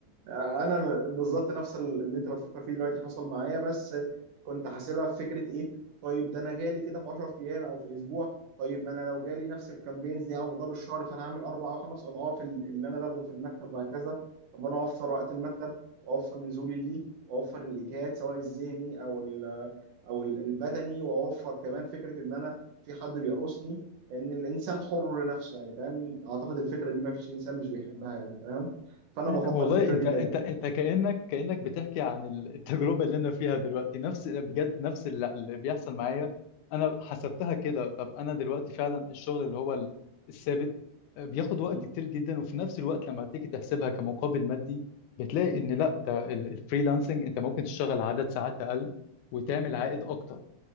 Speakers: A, on the right (about 60°); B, on the left (about 75°).
A: آه، انا م- بالظبط نفس ال- اللي انت بتفكر فيه دلوقتي حصل معايا بس كنت حاسبها في فكره ايه طيب ده انا جالي كده في 10 ايام او في اسبوع طيب ما انا لو جالي نفس الكامبينز دي على مدار الشهر فانا هعمل اربع او خمس اضعاف ال- اللي انا باخده في المكتب وهكذا طب انا اوفر وقت المكتب واوفر نزولي ليه واوفر الاجهاد سواء الذهني او ال- او ال- البدني واوفر كمان فكره ان انا في حد بيرقصني ان الانسان حر نفسه يعني فاهم اعتقد الفكره دي ما فيش انسان مش بيحبها يعني فاهم فانا
B: <laughs>
A: بفضل
B: والله
A: الفكره
B: انت
A: دي دايما
B: انت انت كأنك كأنك بتحكي عن ال- التجربة اللي انا فيها دلوقتي نفس بجد نفس اللي, اللي بيحصل معايا انا حسبتها كده طب انا دلوقتي فعلا الشغل اللي هو ال- الثابت آه، بياخد وقت
A: م.
B: كتير جدا وفي نفس الوقت لما تيجي تحسبها كمقابل مادي بتلاقي ان لا ده ال- الفريلانسنج انت ممكن تشتغل عدد ساعات اقل وتعمل عائد اكتر